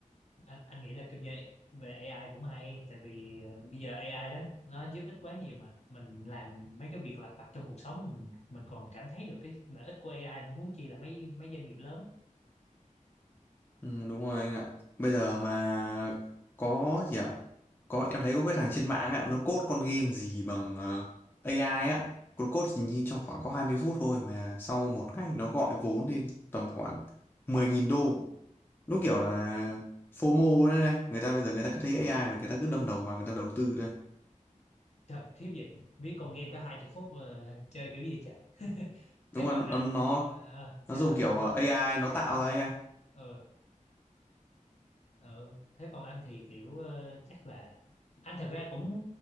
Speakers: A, on the left (about 55°); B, on the left (about 15°).
A: anh anh nghĩ là kinh doanh về AI cũng hay tại vì ờ, bây giờ AI đó nó giúp ích quá nhiều mà mình làm mấy cái việc lặt vặt trong cuộc sống mình mình còn cảm thấy được cái lợi ích của AI nữa huống chi là mấy mấy doanh nghiệp lớn
B: Ừ, đúng rồi anh ạ. Bây giờ mà có gì ạ? Có em thấy có cái thằng trên mạng ạ, nó code con game gì bằng ờ, AI á, nó code chỉ nhìn trong khoảng có 20 phút thôi mà sau một ngày nó gọi vốn lên tầm khoảng 10.000 đô. đúng kiểu là FOMO đấy này người ta bây giờ người ta cứ thấy AI là người ta cứ đâm đầu vào người ta đầu tư thôi
A: trời khiếp vậy viết con game có hai chục phút mà chơi kiểu gì trời <laughs>
B: đúng
A: thế
B: không
A: còn anh
B: nó nó
A: ờ, ờ, ờ, sao
B: nó dùng
A: nó sao
B: kiểu
A: nó
B: ờ, AI nó tạo ra AI
A: ờ ờ thế còn anh thì kiểu ờ, chắc là anh thật ra cũng